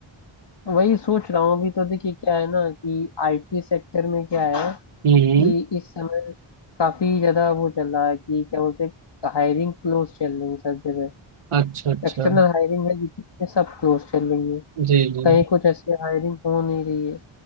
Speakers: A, on the left; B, on the right.
A: वही सोच रहा हूँ अभी तो देखिए क्या है ना कि आईटी सेक्टर में क्या है
B: हम्म हम्म,
A: कि इस समय काफी ज्यादा वो चल रहा है कि क्या बोलते हैं हायरिंग क्लोज चल रही है सब जगह
B: अच्छा अच्छा
A: एक्सटर्नल हायरिंग है जितनी है, सब क्लोज चल रही है
B: जी जी
A: कहीं कुछ ऐसे हायरिंग हो नहीं रही है